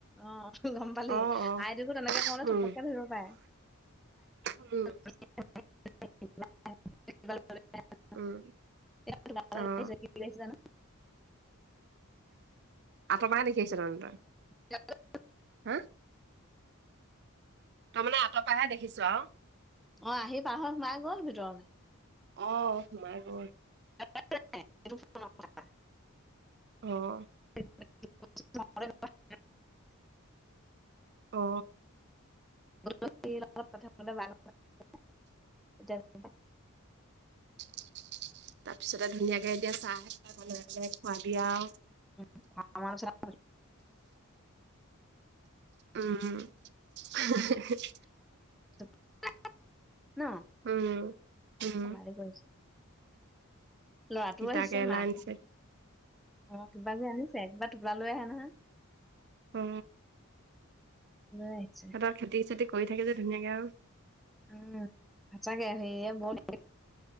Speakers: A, in the centre; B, on the right.
A: অ', গম পালি
B: অ', অ',
A: আইদেউকো তেনেকে কনে
B: উম,
A: ধপককে ধৰিব পাৰে
B: <inaudible>
A: <inaudible> <inaudible>
B: উম, অ', আঁতৰপ দেখি আহিছে তহ তৰ
A: <unintelligible>
B: হা তই মানে আতৰ পৰাহে দেখিছো আৰু
A: অ', আহি পাৰ সোমাই গ'ল ভিতৰলৈ
B: অ', সোমাই বত
A: <inaudible>
B: অ'
A: <inaudible> <unintelligible>
B: অ,
A: <inaudible>
B: তাৰপিছতে ধুনীয়াকে এতিয়া চাহ পেলাই বনাই পেলাই খোৱাবি আৰু।
A: <inaudible>
B: উম <inaudible>
A: <inaudible> ন,
B: উম, উম,
A: ধেমালি কৰিছোঁ। লৰাটোও
B: তিতা
A: আহিছে
B: কেৰেলা
A: মাকো
B: আনিছে
A: আহিছে অ, কিবা যি আনিছে কিবা টোপোলা লৈ আহে নহয়।
B: অ,
A: <inaudible>
B: সিহঁতৰ খতি খেতি কৰি থাকে যে ধুনীয়াকৈ আৰু,
A: উম, সঁচাকে সেৰিয় বহত